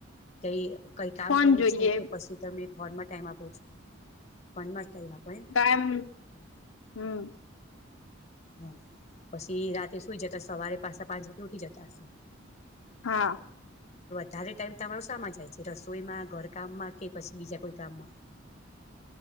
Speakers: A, on the left; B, on the left.
A: કઈ. કઈ કામ
B: ફોન
A: કરો
B: જોઈએ
A: છો કે પછી તમે ફોન માં. ટાઈમ આપું છું ફોનમાં. ટાઈમ આપો એમ
B: કમ હમ.
A: હમ પછી રાતે. શુઈ જતા સવારે પાજા પાંચ વાગે ઉઠી જતા હશે.
B: હા.
A: તારો ટાઈમ તમારો સામા જાયે છે રસોઈમાં ઘરકામમાં કે પછી બીજા કોઈ કામમાં.